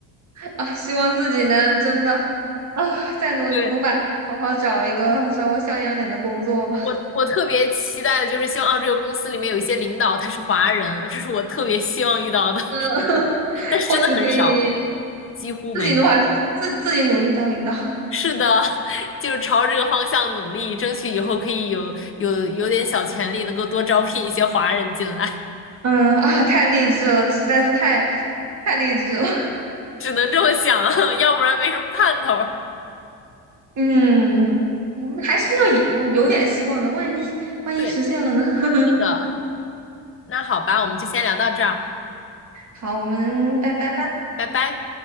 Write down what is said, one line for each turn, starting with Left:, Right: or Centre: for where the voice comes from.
Right: 啊，希望自己能真的啊，
Left: <laughs>
Right: 再努努把力，
Left: 对，
Right: 好好找一个稍微像样点的工作吧。
Left: 我，我特别期待的就是希望，啊，这个公司里面有一些领导他是华人，这是我特别希望遇到的，
Right: <laughs>
Left: <laughs> 但是真的很少，
Right: 或许可以
Left: 几乎没有。
Right: 自己努把力，自自己努力当领导。
Left: 是的，<laughs> 就是朝这个方向努力，争取以后可以有有有点小权利，能够多招聘一些华人进来，
Right: 嗯啊，太励志了，实在是太太励志了。<laughs>
Left: <laughs> 只能这么想，<laughs> 要不然没什么盼头儿
Right: 嗯，嗯还是要以嗯有点希望的，万一万一实现了呢？
Left: 对，
Right: <laughs>
Left: 是的，那好吧，我们就先聊到这儿，
Right: 好，我们拜拜啦。
Left: 拜拜。